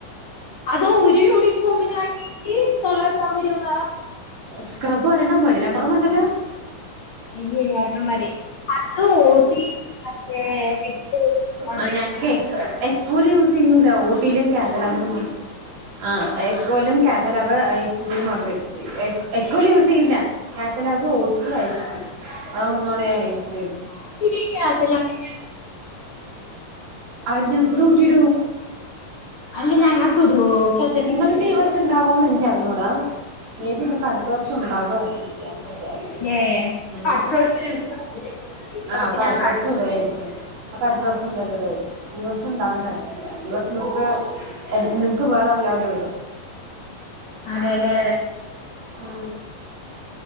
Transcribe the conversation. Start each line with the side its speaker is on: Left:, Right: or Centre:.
Left: അത് ഒര് യൂണിഫോമിനാടീ റ്റ് തൊള്ളായിരത്തമ്പ രൂപ
Right: സ്ക്രബ് ഒരെണ്ണം പോരെ രണ്ട്രണ്ണം വേണ്ടല്ലോ
Left: അയ്യേ ഒരെണ്ണം മതി അത് ഓട്ടി മറ്റേ എട്ട് <inaudible>
Right: ആ ഞങ്ങക്ക് എക് എക്കോല് യൂസെയ്യൂല ഓട്ടീലും കാത്തലോകിലും മ ആഹ് ഏക്കോലും കാത്തലബ് ഐ സൂലും മാത്രേ യുസെയ്യു എ എക്കോല് യൂസെയ്യില്ല കാത്തലബ് ഓട്ടി ഐ സ്‌യു അവടെ മൂന്നോടെ യു സ്യ്യള്ളൂ
Left: ഐസ്ക്രീമിലേക്കകത്തിലാണ്
Right: ആര് ഞങ്ങക്ക് ടൂട്ടിടോ
Left: അല്ല ഞങ്ങക്ക്ടോ കേത്ത
Right: നിങ്ങക്കീ ഈ വർഷണ്ടാകോന്ന് എൻക്കറിഞ്ഞൂടാ മേബി നിങ്ങക്കട്ത്ത വർഷം ഉണ്ടാവാര്ന്ന് <unintelligible>
Left: ഏ
Right: ഉം
Left: അടുത്ത പ്രാവശ്യം
Right: കൊർച്ചെയ്ഞ്ഞ്ട്ട്
Left: ഞങ്ങൾക്ക്
Right: സം
Left: തന്നില്ല. ഈ പ്രാവശ്യം
Right: ആ അപ്പട്ത്ത
Left: ഞാൻ കണ്ടില്ല
Right: വർഷം ഇടുവായിരിക്കും അപ്പട്ത്ത വർഷം എന്തായാലും ഇടുവായിരിക്കും ഈ വർഷണ്ടവാൻ ചാൻ സില്ല ഈ വർഷം നിങ്ങക്ക് എ നിങ്ങക്ക് വേറെല്ലാടെ ഇടും
Left: അതേലേ
Right: ആഹ്